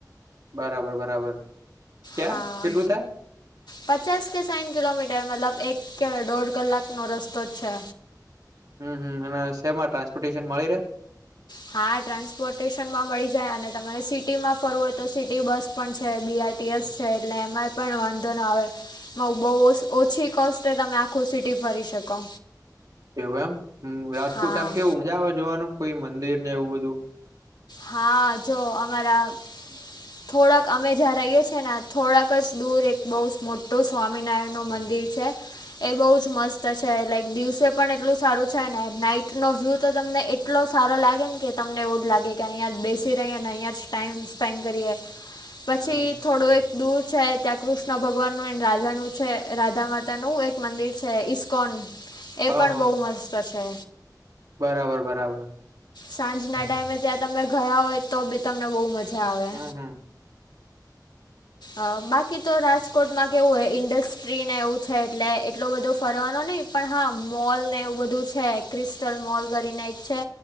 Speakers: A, on the right; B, on the left.
A: બરાબર બરાબર ક્યાં
B: હા
A: કેટલું થાય?
B: પચાસ કે સાઈઠ કિલોમીટર મતલબ એક કે દોઢ કલાક નો રસ્તો છે.
A: હમ હમ અને સેમાં ટ્રાન્સપોર્ટેશન મળી રહે.
B: હા ટ્રાન્સપોર્ટેશનમાં મળી જાય અને તમારે સિટીમાં ફરવું હોય તો સિટી બસ પણ છે બીઆરટીએસ છે એટલે એમાં પણ વાંધો ના આવે બહુ ઓછી કોસ્ટે તમે આખું સિટી ફરી શકો.
A: એવું એમ હમ રાજકોટ
B: હા
A: એમ કેવું મજા આવે જોવાનું કોઈ મંદિર ને એવું બધું?
B: હા જો અમારા થોડાક અમે જ્યાં રહીએ છીએ ને થોડાક જ દૂર એક બહુ મોટું સ્વામિનારાયણ નું મંદિર છે એ બહુ જ મસ્ત છે લાઇક દિવસે પણ એટલું સારું છે ને નાઈટ નો વ્યૂ તો તમને એટલો સારો લાગે ને કે તમને એવું જ લાગે કે અહીંયા જ બેસી રહી અને અહીંયા જ ટાઈમ સ્પેન્ડ કરીએ પછી
A: હમ
B: થોડું એક દૂર છે ત્યાં કૃષ્ણ ભગવાનનુ એ રાધાનું છે રાધામાં તા નું એક મંદિર છે ઈસ્કોન એ
A: હા
B: પણ
A: હા
B: બહુ મસ્ત છે.
A: બરાબર બરાબર
B: સાંજના ટાઈમે ત્યાં તમે ગયા હોય તો બી તમને બહુ મજા આવે.
A: હમ હમ
B: અ બાકી તો રાજકોટમાં કેવું હ ઇન્ડસ્ટ્રીને એવું છે એટલે એટલું બધું ફરવાનું નહી પણ હા મોલ ને એવું બધું છે ક્રિસ્ટલ મોલ કરીને એક છે.